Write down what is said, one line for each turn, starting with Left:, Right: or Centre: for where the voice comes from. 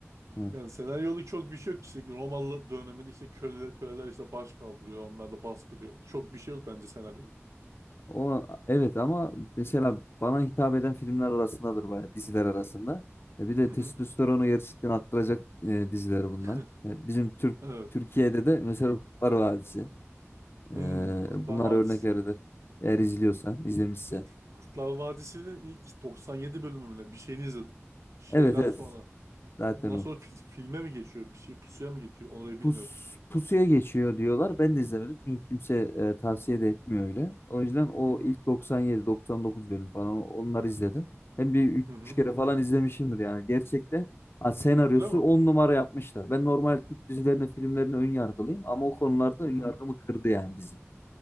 Left: Heh,
Right: yani senaryoluk çok bir şey yok. İşte Romalı döneminde işte köleler, köleler işte baş kaldırıyor. Onlar da bastırıyor. Çok bir şey yok bence senaryoluk.
Left: O evet ama mesela bana hitap eden filmler arasındadır bayağı diziler arasında. E, bir de
Right: Hı
Left: testosteronu
Right: hı.
Left: gerçekten arttıracak e, diziler bunlar.
Right: <laughs>
Left: E, bizim Türk
Right: Evet.
Left: Türkiye'de de mesela Kurtlar Vadisi. E,
Right: Hmm, Kurtlar
Left: bunlar
Right: Vadisi.
Left: örnek verilir. Eğer izliyorsan, izlemişsen.
Right: Kurt- Kurtlar Vadisi'nin ilk 97 bölümüne bir şeyini izledim. Şeyden
Left: Evet evet.
Right: sonra.
Left: Zaten
Right: Ondan
Left: o.
Right: sonra fil- filme mi geçiyor? Bir şey pusuya mı geçiyor? Orayı
Left: Pus,
Right: bilmiyorum.
Left: pusuya geçiyor diyorlar. Ben de izlemedim çünkü kimse e, tavsiye de etmiyor öyle. O yüzden o
Right: Hı hı.
Left: ilk 97-99 bölüm falan o- onları izledim. Hem bir üç
Right: Hı hı.
Left: kere falan izlemişimdir yani. Gerçekten ha, senaryosu
Right: Öyle mi?
Left: on numara yapmışlar. Ben normal Türk dizilerine, filmlerine ön yargılıyım ama o konularda
Right: Hı
Left: ön
Right: hı.
Left: yargımı kırdı yani dizi.